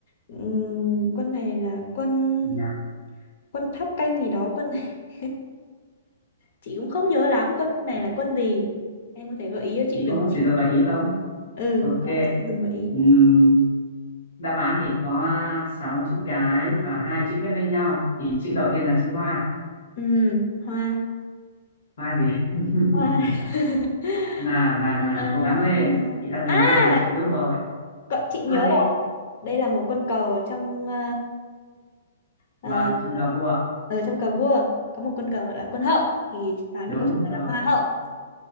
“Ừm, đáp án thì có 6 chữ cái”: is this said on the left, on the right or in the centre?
Left